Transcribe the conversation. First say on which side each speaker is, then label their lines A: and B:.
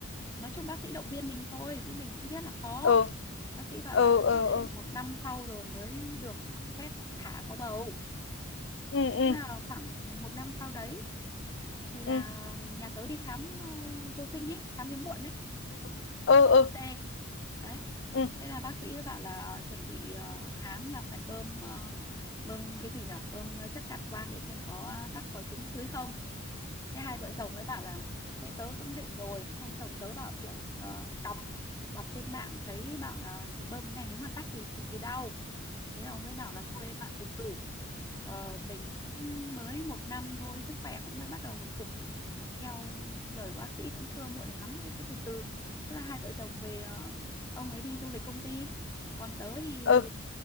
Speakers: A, on the left; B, on the left.
A: nói chung bác sĩ động viên mình thôi chứ mình cũng biết là khó
B: ừ
A: bác sĩ bảo
B: ừ
A: là
B: ừ
A: để
B: ừ
A: một năm sau rồi mới được phép thả có bầu
B: ừ ừ ừ
A: thế là khoảng một năm sau đấy thì là
B: ừ ừ
A: nhà tớ đi khám ờ, vô sinh ấy khám hiếm muộn ấy
B: ừ ừ ừ ừ ừ ừ ừ ừ
A: ở
B: ừ ừ ừ ừ ừ
A: xe đấy
B: ừ
A: thế là bác sĩ mới bảo là chuẩn bị ờ, khám là phải bơm ờ, bơm cái gì nhở bơm ờ, chất cản quang để xem có ờ, tắc có trứng dưới không thế hai vợ chồng ấy bảo là thế tớ cũng định rồi xong chồng tớ bảo kiểu ờ, đọc đọc trên mạng thấy bảo là bơm cái này nếu mà tắc thì cực kỳ đau thế là ông ấy bảo là thôi em ạ từ từ Ờ, mình cũng mới một năm thôi sức khỏe cũng mới bắt đầu hồi phục ừm, theo lời của bác sĩ cũng chưa muộn lắm thế cứ từ từ thế là hai vợ chồng về ờ, ông ấy đi du lịch công ty còn tớ thì
B: ừ ừ